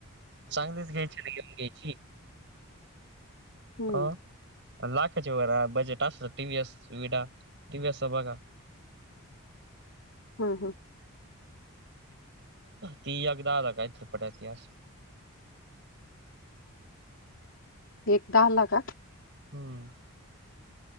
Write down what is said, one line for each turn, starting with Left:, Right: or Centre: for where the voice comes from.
Right: चांगलीच घ्यायची घ्यायची
Left: हम्म
Right: हो लाखाचे वर बजेट असत टी व्हीस सुविधा टी वएस चा बघा
Left: हा हा
Right: ती अगदा आ काय त्रिपटा इतिहास
Left: एकदाहा हला का
Right: हम्म